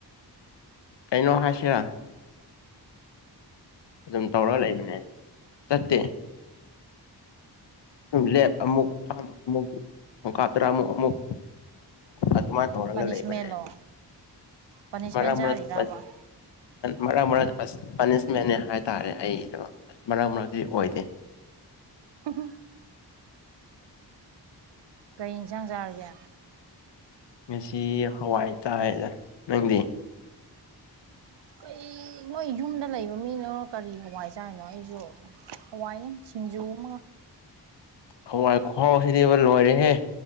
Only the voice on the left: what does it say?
ꯀꯩꯅꯣ ꯍꯥꯏꯁꯤꯔꯥ ꯑꯗꯨꯝ ꯇꯧꯔꯒ ꯂꯩꯕꯅꯦ ꯆꯠꯇꯦ ꯂꯦꯞ ꯑꯃꯨꯛ ꯐꯝ ꯑꯃꯨꯛ ꯑꯣꯀ ꯇꯔꯥ ꯑꯃꯨꯛ ꯑꯃꯨꯛꯊ ꯑꯗꯨꯃꯥꯏꯅ ꯇꯧꯔꯒ
ꯂꯩꯕꯅꯦ
ꯃꯔꯛ
ꯃꯔꯛꯇ ꯃꯔꯛ ꯃꯔꯛ ꯄꯥꯅꯤꯁꯃꯦꯟ ꯍꯥꯏꯇꯥꯔꯦ ꯑꯩꯗꯣ ꯑꯁ ꯃꯔꯛ ꯃꯔꯛꯇꯗꯤ ꯑꯣꯏꯗꯦ
ꯉꯁꯤ ꯍꯋꯥꯏ ꯇꯥꯏꯗ ꯅꯪꯗꯤ
ꯍꯥꯏ ꯈꯍꯥꯎ ꯁꯤꯗꯤꯕ ꯂꯣꯏꯔꯦꯍꯦ